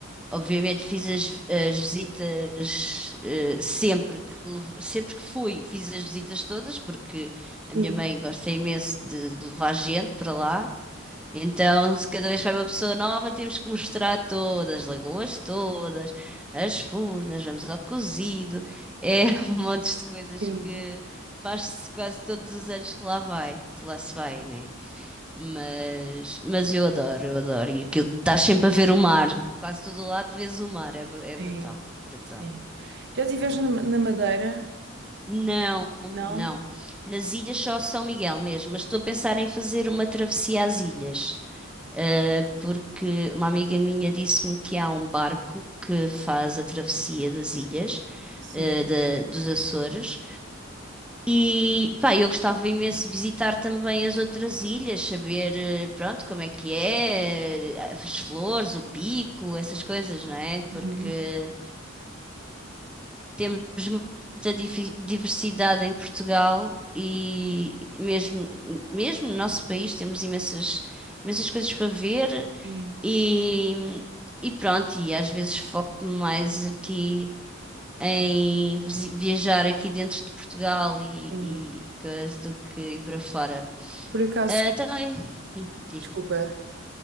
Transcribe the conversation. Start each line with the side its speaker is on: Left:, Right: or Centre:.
Centre: Obviamente fiz as, as visitas ah, sempre que, lev- sempre que fui, fiz as visitas todas, porque
Right: Sim,
Centre: a minha mãe gosta imenso de, de levar gente para lá. Então, se cada vez que vai uma pessoa nova, temos que mostrar todas, as lagoas todas, as furnas, vamos ao cozido, é <laughs> um monte de coisas
Right: sim,
Centre: que faz-se quase todos os anos que lá vai, que lá se vai, né? Mas, mas eu adoro, eu adoro. E aquilo, estás sempre a ver o mar, quase todo o lado vês o mar, é, bru- é
Right: sim,
Centre: brutal, brutal.
Right: sim. Já estiveste
Centre: Brutal.
Right: na, na Madeira?
Centre: Não,
Right: Não?
Centre: não. Nas ilhas só São Miguel mesmo, mas estou a pensar em fazer uma travessia às ilhas. Uh, porque uma amiga minha disse-me que há um barco que faz a travessia das ilhas,
Right: Sim.
Centre: uh, da- dos Açores. E pá, eu gostava imenso de visitar também as outras ilhas, saber, eh, pronto, como é que é, eh, as flores, o pico, essas coisas, não é? Porque
Right: Uhum.
Centre: temos muita difi- diversidade em Portugal e mesmo, mesmo no nosso país temos imensas, imensas coisas para ver
Right: Sim,
Centre: e, e pronto, e às vezes foco mais aqui em visi- viajar aqui dentro de Portugal e,
Right: sim.
Centre: e coisas do que ir para fora.
Right: Por acaso,
Centre: Ah, Então, e- hum, diz-me,
Right: desculpa,